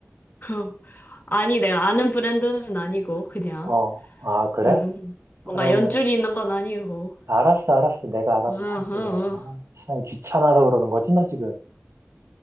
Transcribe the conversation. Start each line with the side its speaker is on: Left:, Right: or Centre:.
Left: <laughs> 아니, 내가 아는 브랜드는 아니고, 그냥.
Right: 어, 아, 그래?
Left: 음, 뭔가
Right: 그러면
Left: 연줄이 있는 건 아니고.
Right: 알았어, 알았어. 내가 알아서
Left: 응, 응,
Right: 살게
Left: 응.
Right: 그러면. 아, 참 귀찮아서 그러는 거지, 너 지금.